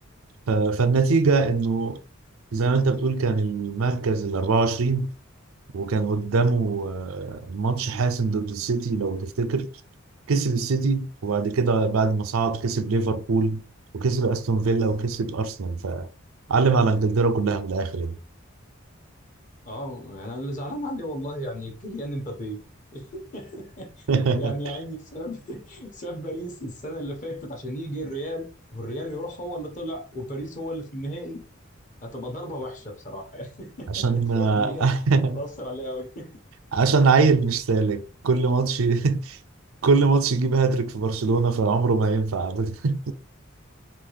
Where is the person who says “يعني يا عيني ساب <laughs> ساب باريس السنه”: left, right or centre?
Left